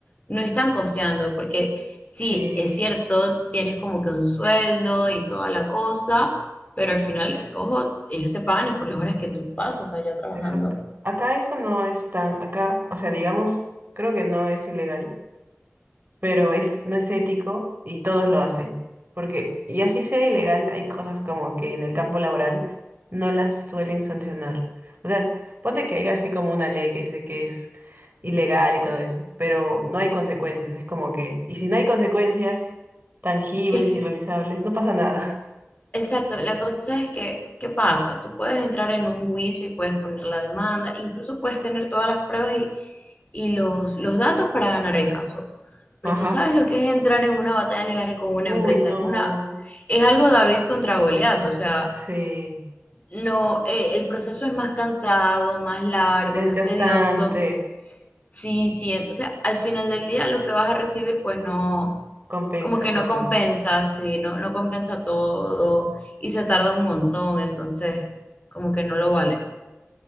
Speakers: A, on the left; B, on the right.
A: no están costeando, porque sí,
B: Sí,
A: es cierto, tienes como que un sueldo y toda la cosa, pero al final, ojo, ellos te pagan es por las horas que tú pasas allá trabajando.
B: exacto. Acá eso no es tan, acá, o sea, digamos, creo que no es ilegal pero es, no es ético y todos lo hacen. Porque, y así sea ilegal, hay cosas como que en el campo laboral no las suelen sancionar. O sea, s- ponte que hay así como una ley que dice que es ilegal y todo eso, pero no hay consecuencias, es como que, y si no hay consecuencias tangibles
A: Es,
B: y realizables, no pasa nada.
A: Exacto, la cosa es que, ¿qué pasa? Tú puedes entrar en un juicio y puedes poner la demanda, incluso puedes tener todas las pruebas y, y los, los datos para ganar el caso. Pero
B: <laughs> Ajá.
A: tú sabes lo que es entrar en una batalla legal con una
B: Uy,
A: empresa.
B: no.
A: Es una, es algo David contra Goliat, o sea,
B: Sí.
A: no, eh, el proceso es más cansado, más largo,
B: Desgastante.
A: más tedioso. Sí, sí, entonces al final del día lo que vas a recibir, pues no
B: Compensa
A: como que no
B: todo.
A: compensa, sí, no, no compensa todo y se tarda un montón, entonces como que no lo vale.